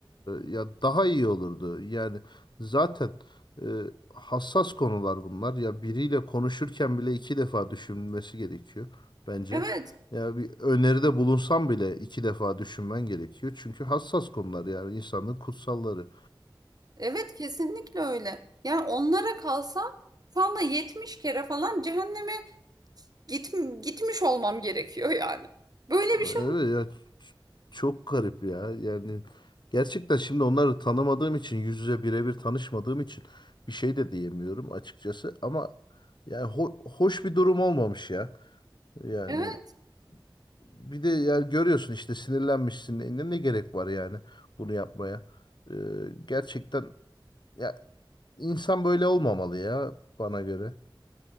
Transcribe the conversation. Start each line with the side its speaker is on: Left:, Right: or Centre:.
Left: e, ya daha iyi olurdu. Yani zaten e, hassas konular bunlar. Ya biriyle konuşurken bile iki defa düşünülmesi gerekiyor bence.
Right: Evet
Left: Ya bir öneride bulunsam bile iki defa düşünmen gerekiyor. Çünkü hassas konular yani insanlığın kutsalları.
Right: evet kesinlikle öyle. Yani onlara kalsa şu anda 70 kere falan cehenneme Git, gitmiş olmam gerekiyor yani. Böyle bir
Left: Evet
Right: şey olmaz.
Left: ya ç- çok garip ya. Yani gerçekten şimdi onları tanımadığım için yüz yüze birebir tanışmadığım için bir şey de diyemiyorum açıkçası ama yani ho- hoş bir durum olmamış ya. Yani
Right: Evet,
Left: bir de yani görüyorsun işte sinirlenmişsin. Ne, ne ne gerek var yani bunu yapmaya? Ee, gerçekten ya insan böyle olmamalı ya bana göre.